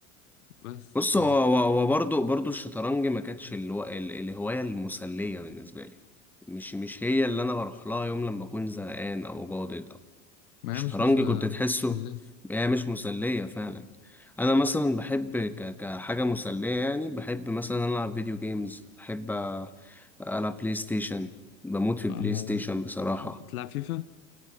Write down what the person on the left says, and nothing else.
بس
ف
ما
هي مش مس...
مش مسلية
أنا
ز...
بتلعب فيفا؟